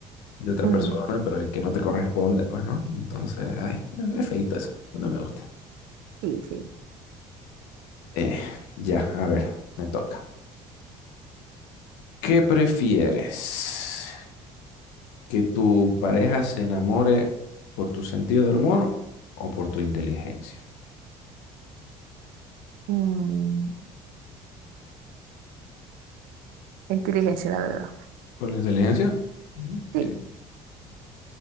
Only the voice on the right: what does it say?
Ujú,
Sí, sí.
Mm, Inteligencia, la verdad.
Sí.